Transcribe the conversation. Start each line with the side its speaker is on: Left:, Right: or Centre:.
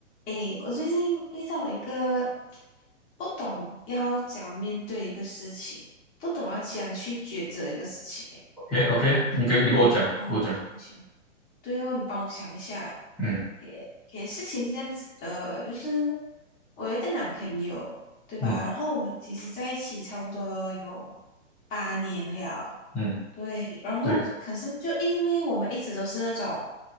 Left: 诶，我最近遇到一个不懂要怎样面对一个事情，不懂要怎样去抉择一个事情诶。
Centre: OK OK，你给你跟我讲，
Left: 你帮我想一想，
Centre: 跟我讲，
Left: 对哦，你帮我想一下。
Centre: 嗯
Left: 诶，诶，事情是这样子的，就是我有一个男朋友，对吧？
Centre: 嗯
Left: 然后我们其实在一起差不多有八年了。
Centre: 嗯，
Left: 对，然后可是就因为我们一直都是那种，
Centre: 对，